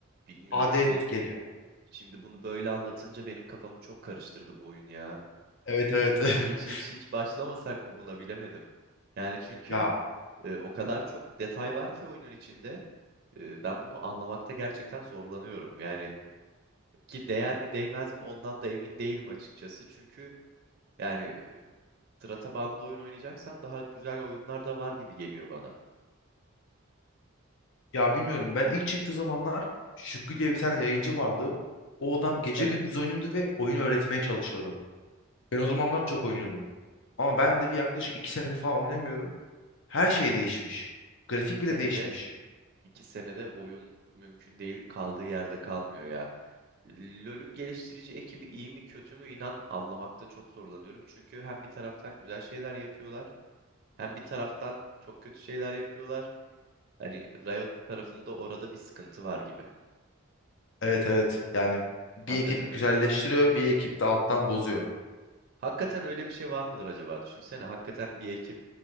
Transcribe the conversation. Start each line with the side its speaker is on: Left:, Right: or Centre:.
Right: bilmiyorum
Left: AD
Right: bu benim
Left: geliyor.
Right: şimdi bunu böyle anlatınca benim kafamı çok karıştırdı bu oyun ya.
Left: Evet evet. <laughs>
Right: Hiç hiç hiç başlamasak mı buna bilemedim. Yani çünkü
Left: Ya
Right: e, o kadar çok detay var ki oyunun içinde. e, ben bunu anlamakta gerçekten zorlanıyorum. Yani Ki değer mi değmez mi ondan da emin değilim açıkçası. Çünkü yani sıra tabanlı oyun oynayacaksam daha güzel oyunlar da var gibi geliyor bana.
Left: ya bilmiyorum ben ilk çıktığı zamanlar Şükrü diye bir tane yayıncı vardı. O adam gece
Right: Evet.
Left: gündüz oynuyordu ve oyunu öğretmeye çalışıyordu. Ben o zamanlar çok oynuyordum. Ama ben de bir yaklaşık iki senedir falan oynamıyorum. Her şey değişmiş. Grafik
Right: Bir
Left: bile
Right: senede,
Left: değişmiş.
Right: iki senede oyun mümkün değil kaldığı yerde kalmıyor ya. LoL'ün geliştirici ekibi iyi mi kötü mü inan anlamakta çok zorlanıyorum. Çünkü hem bir taraftan güzel şeyler yapıyorlar hem bir taraftan çok kötü şeyler yapıyorlar. Hani Riot tarafında orada bir sıkıntı var gibi.
Left: Evet evet yani bir
Right: Hakikaten
Left: ekip
Right: öyle.
Left: güzelleştiriyor bir ekip de alttan bozuyor.
Right: Hakikaten öyle bir şey var mıdır acaba? Düşünsene hakikaten bir ekip